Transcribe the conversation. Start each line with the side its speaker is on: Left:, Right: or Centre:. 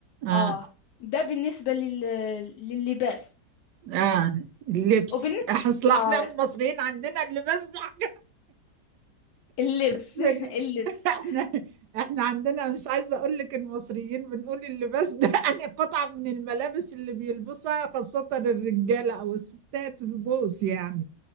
Right: اه
Left: آه ده بالنسبة لل... لللباس
Right: اه اللبس
Left: وبالنسبة
Right: اصل احنا
Left: آه
Right: المصريين عندنا اللباس ده حاجة
Left: اللبس
Right: من-
Left: <laughs> اللبس
Right: <laughs> احنا احنا عندنا مش عايزة اقول لك المصريين بنقول اللباس ده <laughs> انا قطعة من الملابس اللي بيلبسها خاصة الرجالة او الستات في بوس يعني